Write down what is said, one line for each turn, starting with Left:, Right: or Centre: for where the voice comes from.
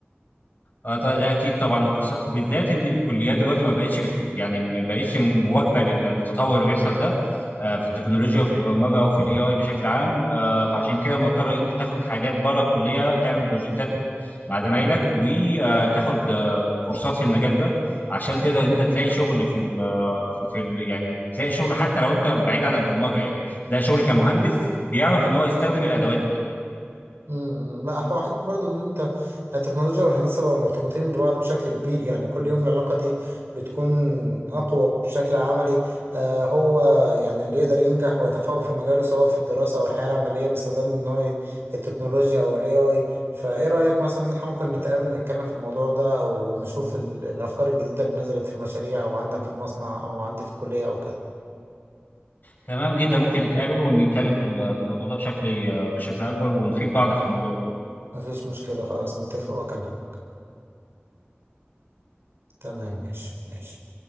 Left: اه طبعا ده اكيد طبعا الكورسات بالذات ان الكليات دلوقتي ما بقتش بت يعني ما بقتش مواكبه لل- للتطور اللي بيحصل ده آه، في التكنولوجيا وفي البرمجه وفي الاي اي بشكل عام آه، فعشان كده مضطر ان انت تاخد حاجات بره الكليه تعمل بروجكتات مع زمايلك وتاخد كورسات في المجال ده عشان تقدر انت تلاقي شغل في ال في في ال يعني تلاقي شغل حتى لو انت بعيد عن البرمجه يعني تلاقي شغل كمهندس بيعرف ان هو يستخدم الادوات
Right: امم لا هو حتى برضه ان انت التكنولوجيا والهندسه بقوا مرتبطين ببعض بشكل كبير يعني كل يوم العلاقه دي بتكون اقوى بشكل عملي آه هو يعني اللي يقدر ينجح ويتفوق في مجاله سواء في الدراسه او الحياه العمليه باستخدام ان هو ي- التكنولوجيا او الاي اي فايه رايك مثلا ان احنا ممكن نتقابل نتكلم في الموضوع ده او نشوف ال- الافكار الجديده اللي نزلت في المشاريع او عندك في المصنع او عندي في الكليه او كده
Left: تمام جدا ممكن نتقابل ونتكلم في ال- في الموضوع ده بشكل بشكل اكبر ونفيد بعض في الموضوع ده
Right: مفيش مشكله خلاص نتفق واكلمك تمام ماشي ماشي